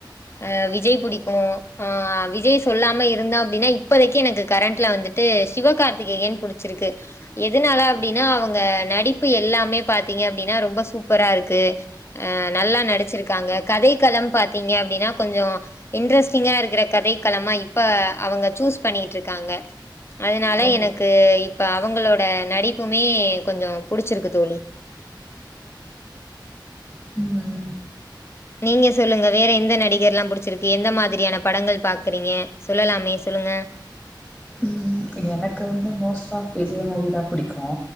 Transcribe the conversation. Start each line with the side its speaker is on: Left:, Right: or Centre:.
Left: அ விஜய் புடிக்கு ஆ விஜய் சொல்லாம இருந்த அப்டின்னா இப்போதைக்கு எனக்கு கரண்ட்ல வந்துட்டு சிவக்கார்த் திகேயன் புடிச்சிருக்கு எதுனால அப்டினா அவங் க நடிப்பு எல்லாமே பாத்தீங்க அப்டினா ரொம்ப சூப்பரா இருக்கு அ நல்லா நடிச்சிருக்காங்க கதைக்களம் பாத்தீங்க அப்டினா கொஞ்சோ இன்ட்ரெஸ்ட்டிங்கா இருக்கிற கதைக்களமா இப்ப அவங்க சூஸ் பண்ணிட்டு இருக்காங்க அதனால
Centre: ஓ
Left: எனக்கு இப்ப அவங்களோட நடிப்புமே கொஞ்சோ புடிச்சிருக்கு தோழி
Centre: ம் ம்
Left: நீங்க சொல்லுங்க வேற எந்த நடிகர்லா புடிச்சிருக்கு எந்த மாதிரியான படங்கள் பாக்குறீங்க சொல்லலாமே சொல்லுங்க
Centre: ம் எனக்கு வந்து மோஸ்ட் ஆஃப் விஜய் மூவி தா புடிக்கு